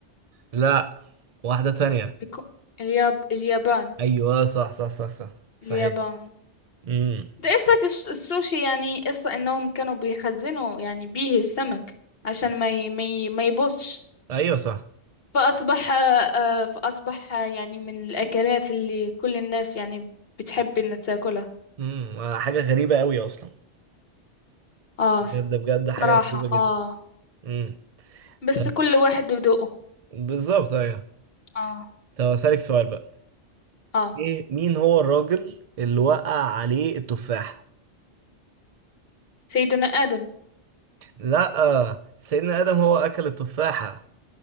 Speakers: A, on the right; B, on the left.
A: لا واحدة تانية
B: بيكو... الياب... اليابان
A: ايوه صح صح صح صح صحيح
B: اليابان
A: امم
B: ده قصة الس- السوشي يعني قصة إنهم كانوا بيخزنوا يعني بيه السمك عشان ما ي... ما ي... ما يبوظش
A: ايوه صح
B: فأصبح آه، فأصبح يعني من الأكلات اللي كل الناس يعني بتحب إنها تاكلها
A: امم حاجة غريبة قوي اصلا
B: آه
A: بجد
B: ص-
A: بجد
B: صراحة
A: حاجة غريبة جدا
B: آه
A: امم
B: بس
A: طب
B: كل واحد وذوقه
A: بالظبط ايوه
B: آه
A: طب اسالك سؤال بقى
B: آه
A: إيه- مين هو الراجل اللي وقع عليه التفاحة؟
B: سيدنا آدم
A: لا سيدنا آدم هو أكل التفاحة